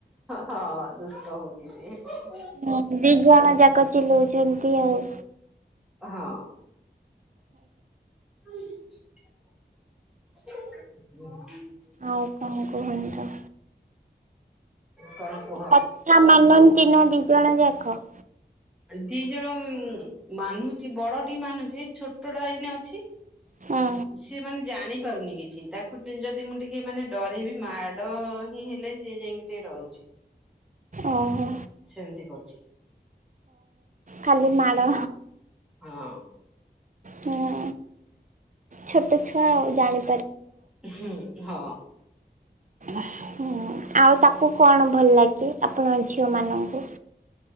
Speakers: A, in the centre; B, on the right.
A: ହଁ ଦୁଷ୍ଟ ହଉଛି ସିଏ।
B: ହୁଁ ଦି ଜଣ ଯାକ ଚିଲଉ ଛନ୍ତି ଆଉ।
A: ହଁ। ହୁଁ।
B: ଆଉ କଣ କୁହନ୍ତୁ।
A: କଣ କୁହ?
B: କଥା ମାନନ୍ତି ନା ଦି ଜଣ ଯାକ?
A: ଦି ଜଣ ମାନୁଛି ବଡଟିି ମାନୁଛି ଛୋଟଟା ଏଇନେ ଅଛି
B: ହୁଁ
A: ସିଏ ମାନେ ଜାଣିପାରୁନି କିଛି ତାକୁ ଯଦି ମୁଁ ଟିକେ ମାନେ ଡରେଇବି ମାଡ ହିଁ ହେଲେ ସେ ଯାଇକି ଟିକେ ଡରୁଛି।
B: ଓହୋ।
A: ସେମିତି କରୁଛି।
B: ଖାଲି ମାଡ଼।
A: ହଁ
B: ହୁଁ ଛୋଟ ଛୁଆ ଆଉ ଜାଣି
A: ହୁଁ ହଁ।
B: ହୁଁ ଆଉ ତାକୁ କଣ ଭଲ ଲାଗେ ଆପଣ ଝିଅ ମାନଙ୍କୁ?